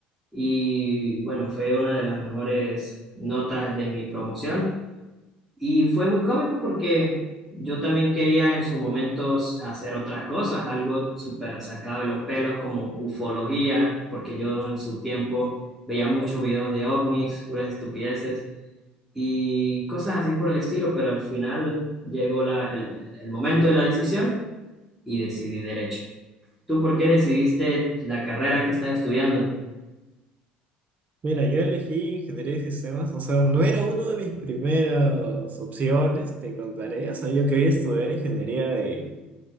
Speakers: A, in the centre; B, on the right (about 40°).
A: y bueno, fue una de las mejores notas de mi promoción y fue muy cómico porque yo también quería en su momento hacer otras cosas, algo súper sacado de los pelos como ufología, porque yo en su tiempo veía muchos videos de ovnis, puras estupideces y cosas así por el estilo, pero al final llegó la, el, el momento de la decisión y decidí derecho. ¿Tú por qué decidiste la carrera que estás estudiando?
B: Mira, yo elegí ingeniería de sistemas, o sea, no era una de mis primeras opciones, te contaré, o sea, yo quería estudiar ingeniería de